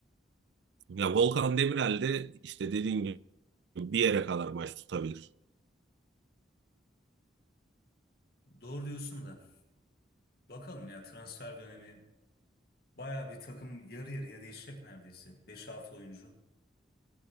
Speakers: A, on the right; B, on the left.
A: Ya Volkan Demirel de işte dediğin gibi bir yere kadar maç tutabilir.
B: Doğru diyorsun da bakalım ya transfer dönemi baya bir takım yarı yarıya değişecek neredeyse. Beş altı oyuncu.